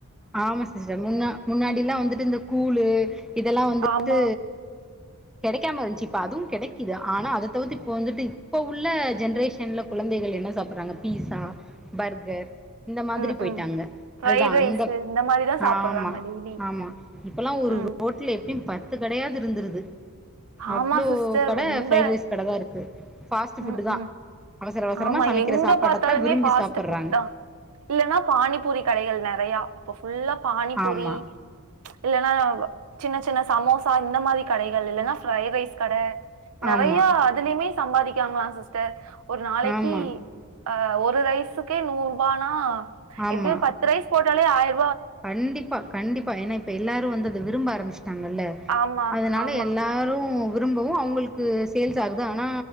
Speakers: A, in the centre; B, on the right.
A: ஆமா சிஸ்டர் முன்ன முன்னாடிலா வந்துட்டு இந்த கூ புலு இதெல்லா வந்துட்டு
B: ஆமா
A: கெடைக்காம இருந்துச்சு இப்ப அதுவும் கெடைக்குது ஆனா அத தவிர்த்து இப்ப வந்துட்டு இப்ப உள்ள ஜென்ரெஷன்ல கொழந்தைகள் என்ன சாப்டுறாங்க பீஸா பர்கர் இந்த மாதிரி
B: ம்
A: போயிட்டாங்க
B: ம் ஃப்ரைட்
A: அதுதா
B: ரைஸு
A: அந்த
B: இந்த மாரிதா சாப்புட்றாங்க
A: ஆமா
B: டெய்லி
A: ஆமா இப்பலா ஒரு
B: ம்
A: ரோட்ல எப் எப்டியு பத்து கடையாது இருந்துருது அவ்ளோ
B: ஆமா சிஸ்டர்
A: கட
B: ரொம்ப
A: ஃப்ரைட்ரைஸ் கடதா இருக்கு ஃபாஸ்டு ஃபுட்டு
B: ம்
A: தா
B: ம்
A: அவசர அவசரமா
B: ஆமா
A: சமைக்கிற
B: எங்க
A: சாப்பாட்டத்தா
B: பாத்தாலுமே
A: விரும்பி
B: பாஸ்ட்ஃபுட்தா
A: சாப்புட்றாங்க
B: இல்லனா பானிபூரி கடைகள் நெற நெறையா இப் ஃபுல்லா பானிபூரி
A: ஆமா
B: இல்லன்னா சின்னசின்ன சமோசா இந்தமாரி கடைகள் இல்லன்னா ஃப்ரைட்ரைஸ் கட நெறைய
A: ஆமா
B: அதுலயுமேஸ் சம்பாதிக்றாங்ளா சிஸ்டர் ஒரு நாளைக்கி
A: ஆமா
B: ஆ ஒரு ரைஸுக்கே நூறுவானா
A: ஆமா
B: எப்டியோ பத்துரைஸ் போட் இதுலயே ஆயர்
A: கண்டிப்பா கண்டிப்பா ஏன்னா இப்ப எல்லாருவந்து இத விரும்ப ஆரம்பிச்சு சுட்டாங்கல்ல
B: ஆமா
A: அதனால
B: ஆமா
A: எல்லாரு விரும்பவும் அவங்களுக்கு சேல்ஸ் ஆகுது ஆனா